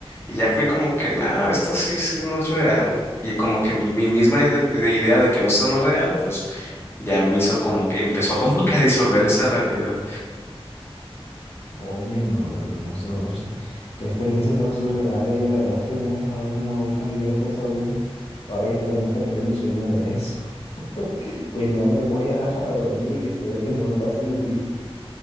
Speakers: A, on the left (about 25°); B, on the left (about 70°).
A: y ya fui como que, nada, esto sí, sí no es real. Y como que mi misma ide- de idea de que no, esto no es real, pues ya me hizo como que empezó como que a disolver esa realidad.
B: Oye, no, no, no, no, eso- sí, qué experiencia tan surreal, oye, la verdad es que me has dejado con la boca abierta, Saúl. Ay, espero nunca tener un sueño de eso. <laughs> Pues ya me voy a, <laughs> a dormir y espero que no me pase lo mismo.